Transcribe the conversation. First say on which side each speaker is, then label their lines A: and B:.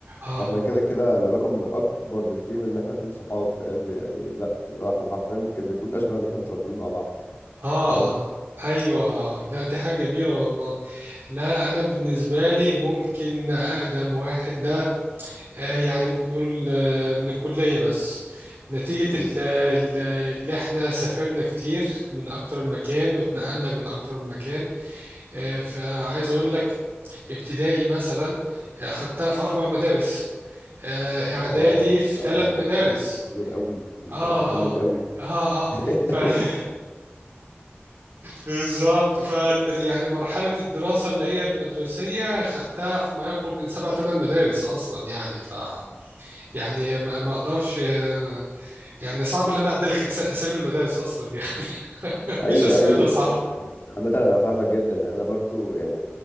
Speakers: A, on the right; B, on the left.
A: آه
B: فاحنا كده كده العلاقة م- أكبر بكتير من إن احنا اتنين صحاب فاهم يعني لا لا احنا حرفيا ممكن نكون أشبه إن احنا متربيين مع بعض
A: آه
B: فاهم
A: آه أيوة لا دي حاجة جميلة والله لا أنا بالنسبة لي ممكن أقدم واحد ده آه، يعني ممكن نقول آه، من الكلية بس نتيجة
B: مم.
A: ال- ال- اللي احنا سافرنا كتير من أكتر من مكان واتنقلنا من أكتر من مكان آه، فعايز أقول لك ابتدائي مثلا آه، خدتها في أربع مدارس آه، اعدادي
B: اه انت
A: في ثلاث مدارس
B: انت متقلب قوي انت
A: اه
B: متقلب
A: اه
B: قوي
A: اه اه
B: <laughs>
A: ف <laughs>
B: قوي
A: بالظبط ف يعني مرحله الدراسه اللي هي المدرسيه خدتها في ما يقرب من سبع ثمان مدارس اصلا يعني ف يعني ما ما اقدرش آه، يعني صعب ان انا اعدلك اس- اسامي المدارس اصلا يعني <laughs>
B: ايوه
A: مش اسماء
B: ايوه
A: الاصحاب
B: ما- يعني عامة انا فاهمك جدا يعني انا برضو يعني